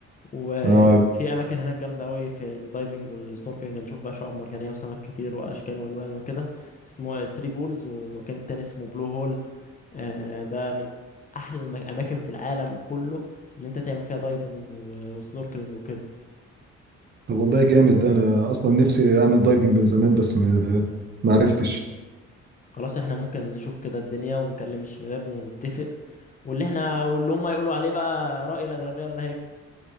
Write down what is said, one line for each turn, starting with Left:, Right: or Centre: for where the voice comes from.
Left: وفي
Right: اه
Left: اماكن هناك جامده قوي في الدايفنج والسنوركلينج هنشوف بقى شعاب مرجانيه وسمك كتير واشكال والوان وكده اسمه ثري بولز ومكان تاني اسمه بلو هول آه، ده من احلى الاماكن في العالم كله اللي انت تعمل فيها دايفنج و- وسنوركلينج وكده
Right: طب والله جامد ده انا اصلا نفسي اعمل دايفنج من زمان بس ما ما عرفتش
Left: خلاص احنا ممكن نشوف كده الدنيا ونكلم الشباب ونتفق واللي احنا واللي هم يقولوا عليه بقى رأي الأغلبية اللي هيكسب